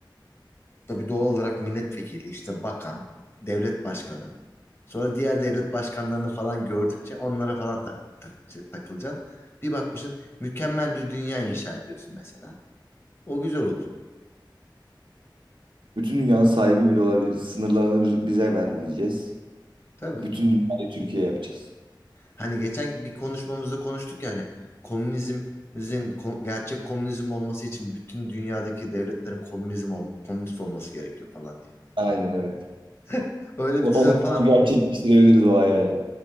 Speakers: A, on the left (about 30°); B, on the right (about 80°).
A: Tabii doğal olarak milletvekili, işte bakan, devlet başkanı. Sonra diğer devlet başkanlarını falan gördükçe onlara falan tak tak- şey, takılacaksın. Bir bakmışsın mükemmel bir dünya inşa ediyorsun mesela. O güzel olur.
B: Bütün dünyanın sahibi bile olabiliriz. Sınırlarını biz- bize ver diyeceğiz.
A: Tabii.
B: Bütün dünyayı Türkiye yapacağız.
A: Hani geçen bir konuşmamızda konuştuk yani komünizmin ko- gerçek komünizm olması için bütün dünyadaki devletlerin komünizm ol- komünist olması gerekiyor falan diye.
B: Aynen evet.
A: <laughs> Öyle
B: Onu,
A: bir düzen falan.
B: onu gerçekleştirebiliriz o hayali.